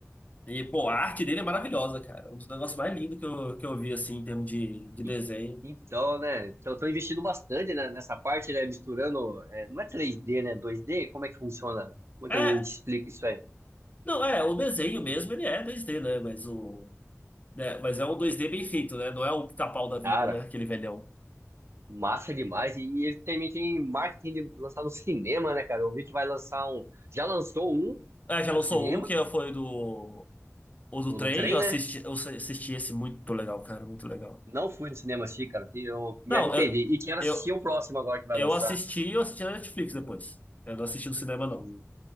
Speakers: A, on the left; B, on the right.
A: E, pô, a arte dele é maravilhosa, cara. É Um dos negócios mais lindos que eu, que eu vi, assim, em termos de, de desenho.
B: E- Então, né? Então, tô investindo bastante né, nessa parte, né? Misturando. é, não é três d né? dois d Como é que funciona? Como
A: É,
B: é que a gente explica isso aí?
A: não, é, o desenho mesmo, ele é 2D, né? Mas o. né, mas é um 2D bem feito, né? Não é o pica-pau da vida,
B: Cara,
A: né? Aquele velhão.
B: massa demais. E, e ele também tem marketing de lançar no cinema, né, cara? Eu vi que vai lançar um. Já lançou um
A: É, já lançou
B: no cinema,
A: um que foi do. O
B: do,
A: do trem,
B: do trem,
A: eu assisti,
B: né?
A: eu assisti esse muito legal, cara, muito legal.
B: Não fui no cinema assistir, cara. que Eu me
A: Não,
B: arrependi.
A: eu,
B: E quero assistir
A: eu,
B: o próximo agora que vai
A: eu
B: lançar.
A: assisti, eu assisti na Netflix depois. Eu não assisti no cinema, não.
B: Hum.